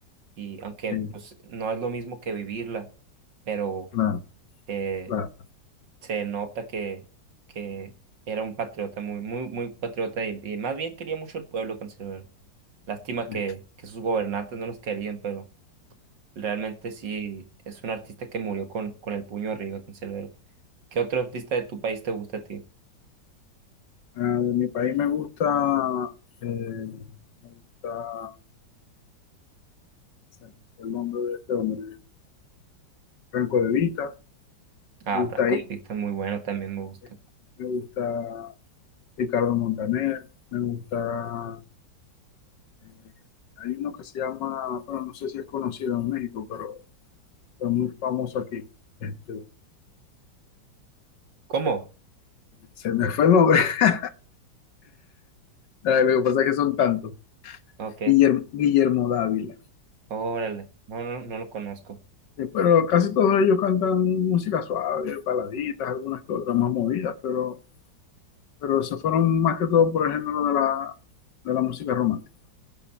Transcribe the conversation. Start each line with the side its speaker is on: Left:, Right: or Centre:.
Right: y aunque
Left: sí,
Right: pues, no es lo mismo que vivirla, pero...
Left: claro,
Right: eh,
Left: claro.
Right: se nota que, que era un patriota, muy, muy, muy patriota y, y más bien quería mucho el pueblo conservador. Lástima
Left: sí.
Right: que, que sus gobernantes no los querían, pero realmente sí es un artista que murió con, con el puño arriba, conservador. ¿Qué otro artista de tu país te gusta a ti?
Left: Ah, de mi país me gusta, eh, me gusta se me el nombre de este hombre, Franco De Vita,
Right: Ah,
Left: me gusta
Right: Franco
Left: ahí,
Right: de Vita, muy bueno, también me gusta.
Left: eh, me gusta Ricardo Montaner, me gusta, eh, hay uno que se llama, bueno, no sé si es conocido en México, pero fue muy famoso aquí. Este,
Right: ¿Cómo?
Left: se me fue el nombre, <laughs> Eh, lo que pasa es que son tantos.
Right: Ok,
Left: Guillermo, Guillermo Dávila.
Right: órale, no, no, no lo conozco.
Left: Eh, Pero casi todos ellos cantan música suave, baladitas, algunas que otras más movidas, pero, pero se fueron más que todo por el género de la, de la música romántica.